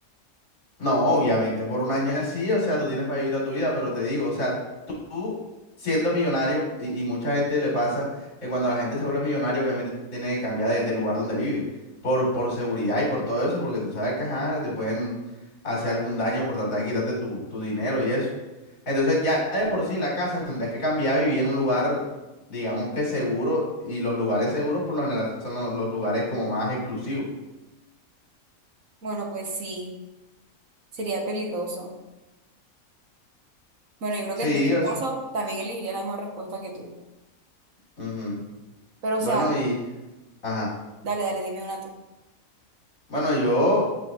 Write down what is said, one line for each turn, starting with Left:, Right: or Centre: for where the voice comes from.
Left: No, obviamente, por un año es así, o sea, tú tienes para vivir toda tu vida, pero te digo, o sea, tú siendo millonario, y, y mucha gente le pasa que cuando la gente se vuelve millonaria, obviamente tiene que cambiar de, de lugar donde vive, por, por seguridad y por todo eso, porque tú sabes que, ajá, te pueden hacer algún daño por tratar de quitarte tu, tu dinero y eso. Entonces, ya de por sí la casa tendrías que cambiar, vivir en un lugar, digamos que seguro, y los lugares seguros por lo general son los, los lugares como más exclusivos.
Right: Bueno, pues sí, sería peligroso. Bueno, yo creo
Left: Sí,
Right: que en este
Left: o
Right: caso
Left: sea,
Right: también elegiría la misma respuesta que tú.
Left: ujú.
Right: Pero,
Left: Bueno,
Right: o sea,
Left: y... Ajá.
Right: dale, dale, dime una tú.
Left: Bueno, yo,